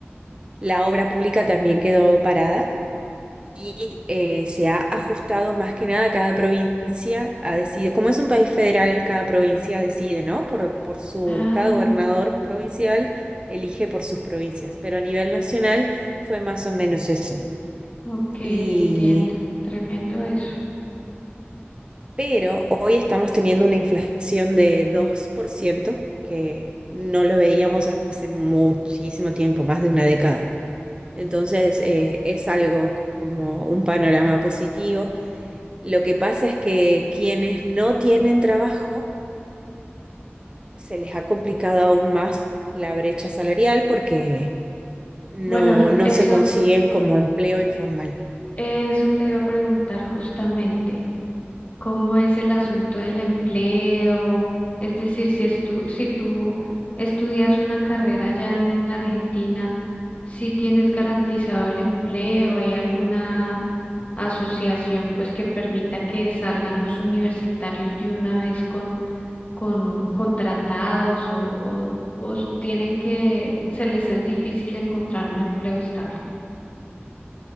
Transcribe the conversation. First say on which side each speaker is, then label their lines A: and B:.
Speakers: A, on the right; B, on the left.
A: La obra pública también quedó parada y eh, se ha ajustado más que nada cada provincia ha decidido, como es un país federal, cada provincia decide, ¿no? Por, por su,
B: Ah,
A: cada gobernador provincial elige por sus provincias, pero a nivel nacional fue más o menos eso.
B: ok, entiendo.
A: Y,
B: Tremendo eso.
A: pero hoy estamos teniendo una inflación de 2% que no lo veíamos hace muchísimo tiempo, más de una década. Entonces, eh, es algo como un panorama positivo Lo que pasa es que quienes no tienen trabajo se les ha complicado aún más la brecha salarial porque no,
B: Bueno,
A: no
B: eso,
A: se consiguen como empleo informal.
B: eso te iba a preguntar justamente. cómo es el asunto del empleo, es decir, si estu- si tú estudias una carrera ya en Argentina, si tienes garantizado el empleo, ¿hay alguna asociación pues que permita que salgan los universitarios de una vez con, con u- contratados o, o o tienen que, se les es difícil encontrar un empleo estable?